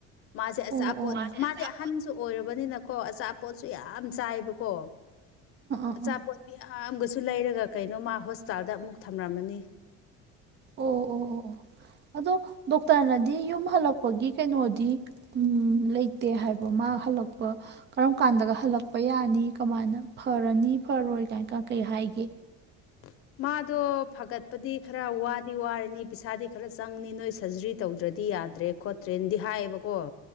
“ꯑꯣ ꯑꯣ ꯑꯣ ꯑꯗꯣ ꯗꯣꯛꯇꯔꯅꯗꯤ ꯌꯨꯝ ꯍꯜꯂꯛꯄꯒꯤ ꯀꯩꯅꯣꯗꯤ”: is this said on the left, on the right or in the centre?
Right